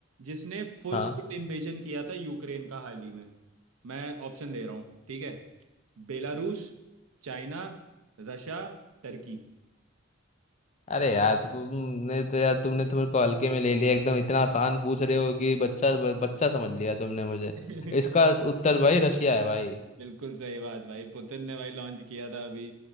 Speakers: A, on the right (about 80°); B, on the left (about 35°).
A: जिसने फुल
B: हाँ
A: स्केल इन्वेजन किया था यूक्रेन का हाल ही में मैं ऑप्शन दे रहा हूँ ठीक है बेलारूस चाइना रशिया टर्की
B: अरे यार तुमने तो यार तुमने तुम्हें को हल्के में ले लिया एकदम इतना आसान पूछ रहे हो कि बच्चा ब- बच्चा समझ लिया तुमने मुझे
A: <laughs>
B: इसका उत्तर भाई रशिया है भाई
A: बिल्कुल सही बात भाई पुतिन ने भाई लॉन्च किया था अभी